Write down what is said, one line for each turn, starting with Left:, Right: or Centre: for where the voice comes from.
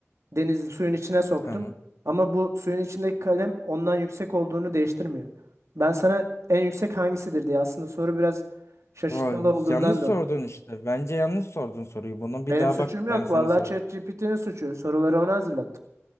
Right: Denizi suyun içine soktum.
Left: Tamam.
Right: Ama bu suyun içindeki kalem ondan yüksek olduğunu değiştirmiyor. Ben sana en yüksek hangisidir diye aslında soru biraz şaşırtmalı
Left: Vay,
Right: olduğundan
Left: yanlış sordun
Right: dolayı.
Left: işte. Bence yanlış sordun soruyu. Bunu
Right: Benim
Left: bir daha
Right: suçum
Left: bak
Right: yok.
Left: ben sana
Right: Vallahi
Left: sor.
Right: ChatGPT'nin suçu. Soruları ona hazırlattım.